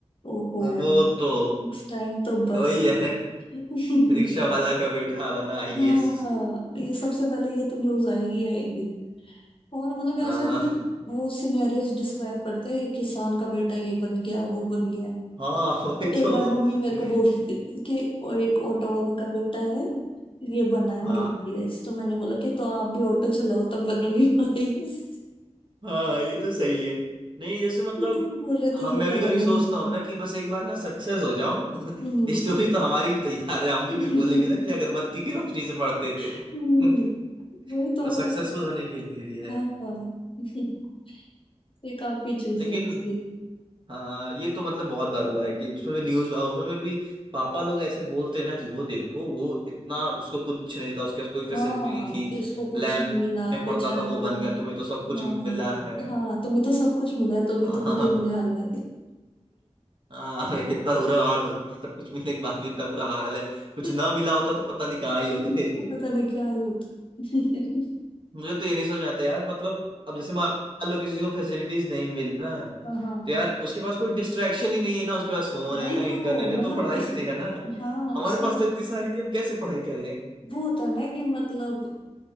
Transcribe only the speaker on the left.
ओहो
नेक्स्ट टाइम तो बस
<laughs>
हाँ
ये सबसे पहले ये तो न्यूज आएगी आएगी और मतलब ऐसे
ऐसे वो सिनेरियोस डिस्क्राइब करते हैं किसान का बेटा ये बन गया वो बन गया
तो
एक बार मम्मी मेरे
को बोल रही थी कि वो एक ऑटो वाले का बेटा है ये बना है मतलब
आईएएस तो मैंने बोला कि तो आप भी ऑटो चलाओ तब बनूंगी आईएएस
<laughs>
तो बोल रहे थे
ये
करवा
लो
उनसे।
हम्म
<laughs>
हम्म,
वही तो
वो
तो
हाँ <laughs> ये काफी चीजें
ऐसी
हाँ
कि उसको कुछ
नहीं मिला
बेचारे
को
हाँ
हाँ तुम्हें तो सब कुछ मिला है तो भी
तुम्हारे
लिए हाल है
<laughs>
हम्म, तो
पता नहीं क्या ही होता <laughs>
हाँ हाँ
वही
तो
मतलब
उस
हाँ
उसने
वो होता है ना कि मतलब